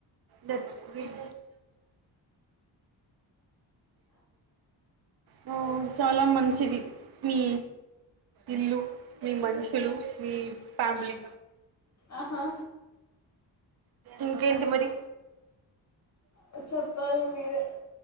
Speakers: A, on the right (about 55°); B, on the left (about 35°).
A: డచ్ క్రీమ్ హు చాలా మంచిది మీ ఇల్లు, మీ మనుషులు, మీ ఫ్యామిలీ.
B: ఆహా
A: ఇంకేంటి మరి
B: ఓ చెప్పాలి మీరే